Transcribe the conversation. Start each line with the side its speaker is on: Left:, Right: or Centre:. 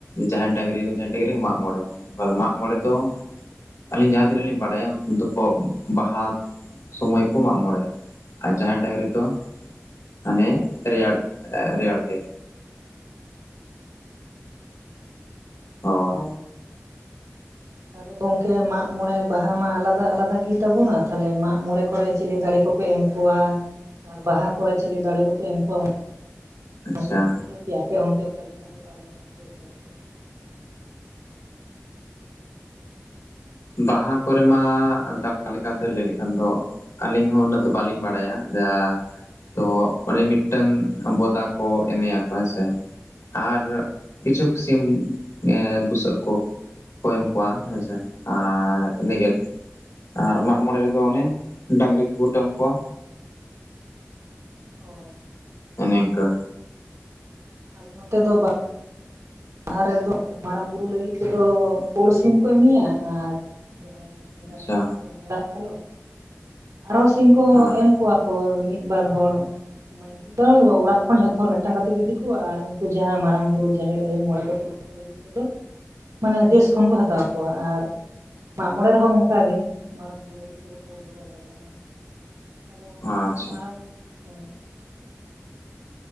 Left: ᱡᱟᱦᱟᱸᱭ ᱰᱟᱝᱨᱤ ᱠᱚᱭ ᱰᱨᱤ ᱢᱟᱜ ᱢᱬᱮᱚᱱ ᱢᱟᱜ ᱢᱚᱬᱮ ᱫᱚ ᱟ ᱟᱹᱞᱤᱧ ᱡᱟᱦᱟᱸ ᱛᱱᱟᱹᱜ ᱞᱤᱧ ᱵᱟᱲᱟᱭᱟ ᱩᱱ ᱫᱚᱠᱚ ᱵᱟᱦᱟ ᱥᱚᱢᱚᱭ ᱠᱚ ᱢᱟᱜ ᱢᱚᱬᱮᱟ ᱟᱨ ᱡᱟᱦᱮᱨ ᱰᱟᱝᱟᱝᱨᱤ ᱛ ᱦᱟᱱᱮ ᱨᱮᱭᱟᱲ ᱨᱮᱭᱟᱲ ᱛᱮ ᱦᱳᱭ
Right: ᱚ ᱛᱟᱦᱮ ᱜᱚᱝᱠᱮ ᱢᱟᱜᱽ ᱢᱚᱬᱮ ᱵᱟᱦᱟ ᱢᱟ ᱟᱞᱟᱫᱟ ᱟᱞᱟᱫᱟ ᱜᱮ ᱛᱟᱵᱚᱱᱟ ᱛᱚᱞᱮ ᱢᱟᱜᱽ ᱢᱚᱬᱮ ᱠᱚᱨᱮ ᱪᱤᱞᱤ ᱫᱟᱲᱮ ᱠᱚᱯᱮ ᱮᱢ ᱠ ᱠᱚᱳᱭᱟ ᱟᱨ ᱵᱟᱦᱟ ᱠᱚᱨᱮ ᱪᱤᱞᱤ ᱫᱟᱲᱮ ᱠᱚᱯᱮ ᱮᱢ ᱠᱚᱣᱟ
Left: ᱟᱪᱪᱷᱟ
Right: ᱚᱱᱟᱛᱮ ᱡᱩᱫᱤ ᱵᱤᱡᱷᱚᱹᱣᱮᱭᱟᱯᱮᱚᱱᱠᱟ <unintelligible> ᱚᱠᱟ ᱞᱮᱠᱟ ᱦᱩᱭᱩᱜᱼᱟᱞᱮ ᱚᱱᱟᱛᱮᱮ ᱚᱠᱟᱞᱮᱠᱟ <unintelligible>
Left: ᱵᱟᱦᱟ ᱠᱚᱨᱮ ᱢᱟ ᱫᱬ ᱞᱮᱠᱟᱛᱮ ᱞᱟᱹᱭ ᱞᱮᱠᱷᱟᱱ ᱫᱚ ᱟᱹᱞᱤᱧ ᱦᱚᱸ ᱩᱱᱟᱹᱜ ᱫᱚ ᱵᱟᱹᱞᱤᱧ ᱵᱟᱲᱟᱭᱟ ᱡᱟ ᱛᱚ ᱚᱱᱮ ᱢᱤᱫᱴᱟᱝ ᱵᱚᱫᱟ ᱠᱚ ᱮᱢᱮᱭᱟ ᱠᱚ ᱦᱮᱸᱥᱮ ᱟᱨ ᱠᱤᱪᱷᱩ ᱠᱚ ᱥᱤᱢ ᱵᱩᱥᱟᱹᱜ ᱠᱚ ᱠᱚᱠᱚᱭᱮ ᱮᱢ ᱠᱚᱣᱟ ᱦᱮᱸᱥᱮ ᱟᱨ ᱤᱱᱟᱹᱜᱮ ᱟᱨ ᱢᱟᱜ ᱢᱚᱬᱮ ᱨᱮᱫᱚ ᱚᱱᱮ ᱰᱟᱝᱨᱤ ᱠᱚᱠᱩᱴᱟᱹᱢ ᱠᱚᱣᱟ
Right: ᱚ
Left: ᱤᱱᱟᱝᱠᱟ
Right: ᱟᱞ ᱱᱚᱛᱮ ᱫᱚ ᱵᱟᱝ ᱞᱟᱦᱟ ᱨᱮᱫᱚᱮ ᱢᱟᱨᱟᱝ ᱵᱩᱨᱩ ᱞᱟᱹᱜᱤᱫ ᱛᱮᱫᱚ ᱯᱩᱲ ᱥᱤᱢ ᱠᱚ ᱮᱢᱤᱭᱟ ᱟᱨ ᱡᱟᱦᱮᱨ ᱮᱨᱟ
Left: ᱟᱪᱪᱷᱟ
Right: ᱞᱟᱹᱜᱤᱫ ᱛᱮᱫᱚ ᱦᱮᱲᱟᱜ ᱠᱟᱞᱚᱴ ᱟᱨᱚ ᱥᱤᱢ ᱠᱚ
Left: ᱦᱮᱸ
Right: ᱮᱢ ᱠᱚᱣᱟ ᱦᱳ ᱢᱤᱫ ᱵᱟᱨ ᱦᱚᱲ ᱢᱟᱱᱮ ᱢᱤᱫ ᱵᱟᱨ ᱫᱚᱲ ᱫᱚ ᱵᱟ ᱚᱲᱟᱜ ᱠᱷᱚᱱ ᱡᱷᱚᱛᱚ ᱦᱚᱲ ᱢᱤᱫᱴᱟᱝ ᱠᱟᱛᱮ ᱜᱮ ᱤᱫᱤ ᱠᱚᱣᱟ ᱟᱨ ᱩᱱᱠᱩ ᱡᱟᱦᱟᱸ ᱢᱟᱨᱟᱝ ᱵᱩᱨᱩ ᱡᱟᱦᱮᱨ <unintelligible> ᱢᱚᱬᱮ ᱠᱚ ᱛᱩᱨᱩᱭ ᱠᱚ ᱞᱟᱹᱜᱤᱫ ᱛᱮᱫᱚ ᱢᱟᱱᱮ ᱫᱮᱥ ᱠᱷᱚᱱ ᱠᱚ ᱦᱟᱛᱟᱣ ᱠᱚᱣᱟ ᱟᱨ ᱢᱟᱜ ᱢᱚᱬᱮ ᱨᱮᱦᱚᱸ ᱚᱱᱠᱟᱜ ᱜᱮ ᱢᱟᱨᱟᱝ ᱵᱩᱨᱩ ᱞᱟᱹᱜᱤᱫ ᱛᱮᱫᱚ ᱯᱳᱲ ᱜᱚᱫᱟᱭ ᱞᱟᱜᱟᱜᱼᱟ ᱟᱫᱚ
Left: ᱟᱪᱪᱷᱟ
Right: ᱢᱟᱨᱟᱝ ᱦᱚ